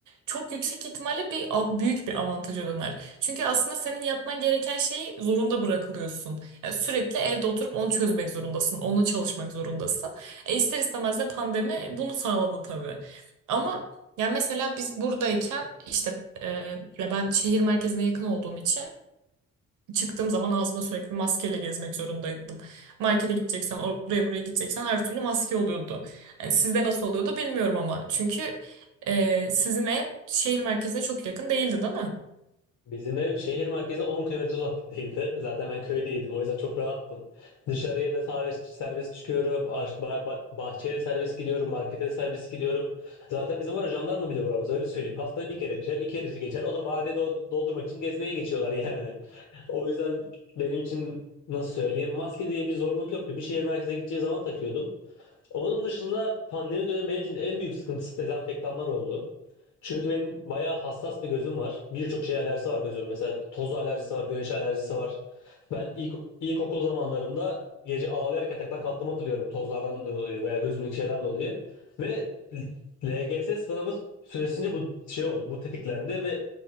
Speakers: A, on the right; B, on the left.
A: çok yüksek ihtimalle bir av- büyük bir avantaja döner. Çünkü aslında senin yapman gereken şeyi zorunda bırakılıyorsun. Yani sürekli evde oturup onu çözmek zorundasın, onu çalışmak zorundasın. E ister istemez de pandemi bunu sağladı tabii. Ama yani mesela biz buradayken işte e, ya ben şehir merkezine yakın olduğum için Çıktığım zaman ağzımda sürekli maskeyle gezmek zorundaydım. Markete gideceksen, oraya buraya gideceksen her türlü maske oluyordu. Yani sizde nasıl oluyordu bilmiyorum ama. Çünkü e, sizin ev şehir merkezine çok yakın değildi, değil mi?
B: Bizim ev şehir merkezi 10 kilometre uzaklıktaydı. <laughs> Zaten ben köydeydim. O yüzden çok rahattım. Dışarıya da serbest, serbest çıkıyorum. Aş- ba- ba- Bahçeye de serbest gidiyorum. Markete de serbest gidiyorum. Zaten bizim oraya jandarma bile uğramaz. Öyle söyleyeyim. Haftada bir kere geçer. iki kere geçer. O da vardiya do- doldurmak için gezmeye geçiyorlar yani. <laughs> O yüzden benim için nasıl söyleyeyim. Maske diye bir zorunluluk yoktu. Bir şehir merkezine gideceği zaman takıyordum. Onun dışında pandemi dönemi benim için en büyük sıkıntısı dezenfektanlar oldu. Çünkü benim bayağı hassas bir gözüm var. Birçok şeye alerjisi var gözümün. Mesela toz alerjisi var, güneş alerjisi var. Ben ilk, ilkokul zamanlarımda gece ağlayarak yataktan kalktığımı hatırlıyorum. Tozlardan dolayı veya gözümdeki şeyden dolayı. Ve LGS sınavı süresince bu şey oldu, bu tetiklendi ve